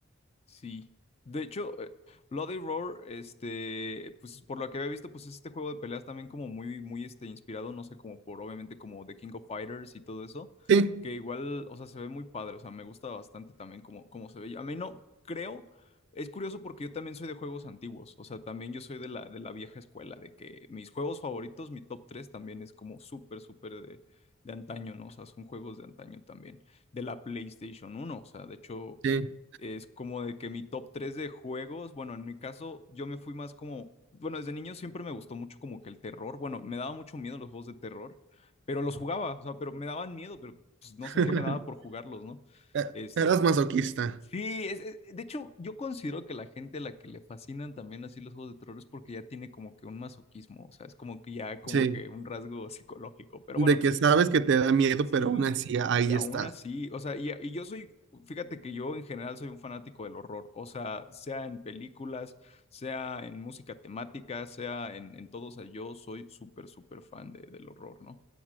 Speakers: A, on the left; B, on the right.
A: Sí. De hecho, eh, Bloody Roar, este, pues por lo que había visto, pues es este juego de peleas también como muy, muy, este, inspirado, no sé, como por, obviamente, como The King of Fighters y todo eso,
B: Sí,
A: que igual, o sea, se ve muy padre, o sea, me gusta bastante también como, como se ve. A mí no, creo, es curioso porque yo también soy de juegos antiguos, o sea, también yo soy de la, de la vieja escuela, de que mis juegos favoritos, mi top 3 también es como súper, súper de, de antaño, ¿no? O sea, son juegos de antaño también, de la PlayStation uno o sea, de hecho
B: sí.
A: es como de que mi top 3 de juegos, bueno, en mi caso yo me fui más como, bueno, desde niño siempre me gustó mucho como que el terror, bueno, me daba mucho miedo los juegos de terror, pero los jugaba, o sea, pero me daban miedo, pero pues, no
B: <laughs>
A: sé qué me daba por jugarlos, ¿no?
B: E-
A: es
B: Eras masoquista.
A: Sí, es, es- de hecho, yo considero que la gente a la que le fascinan también así los juegos de terror es porque ya tiene como que un masoquismo, o sea, es como que ya como
B: Sí.
A: que un rasgo psicológico. Pero
B: De
A: bueno,
B: que sabes que te da miedo,
A: Sí,
B: pero aún así ahí
A: y aún
B: estás.
A: así, o sea, y, y yo soy, fíjate que yo en general soy un fanático del horror, o sea, sea en películas, sea en música temática, sea en, en todo, o sea, yo soy súper, súper fan de, del horror, ¿no?